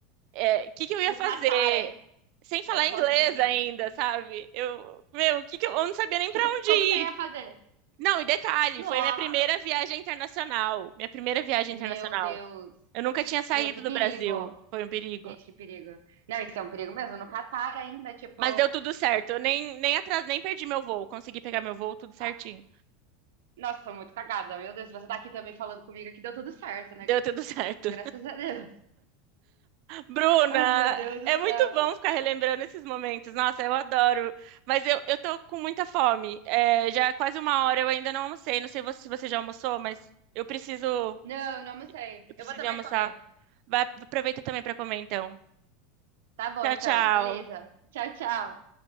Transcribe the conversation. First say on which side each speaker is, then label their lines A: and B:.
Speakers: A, on the right; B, on the right.
A: é, o que que eu ia
B: No
A: fazer
B: Catar ainda,
A: sem falar
B: sozinha.
A: inglês ainda, sabe? Eu, meu, o que que eu, eu não sabia nem pra
B: Tipo,
A: onde
B: como você ia
A: ir.
B: fazer?
A: Não, e detalhe,
B: Nossa,
A: foi minha primeira viagem internacional, minha primeira viagem
B: meu
A: internacional.
B: Deus.
A: Eu nunca tinha saído
B: Meu, que
A: do
B: perigo.
A: Brasil, foi um perigo.
B: Gente, que perigo. Não, isso é um perigo mesmo. No Catar ainda, tipo.
A: Mas deu tudo certo, eu nem nem atrás, nem perdi meu voo, consegui pegar meu voo tudo certinho.
B: ah, Nossa, sou muito cagada. Meu Deus, se você tá aqui também falando comigo, que deu tudo certo, né?
A: Deu tudo <laughs> certo.
B: Graças a Deus.
A: Bruna,
B: Ai, meu Deus do
A: é
B: céu.
A: muito bom ficar relembrando esses momentos. Nossa, eu adoro. Mas eu, eu tô com muita fome. É, já é quase uma hora, eu ainda não almocei. Não sei vo- se você já almoçou, mas eu preciso,
B: Não, não sei.
A: eu preciso
B: Eu vou também
A: ir almoçar.
B: comer.
A: Vai, aproveita também para comer, então.
B: Tá bom,
A: Tchau,
B: então.
A: tchau.
B: Beleza. Tchau, tchau.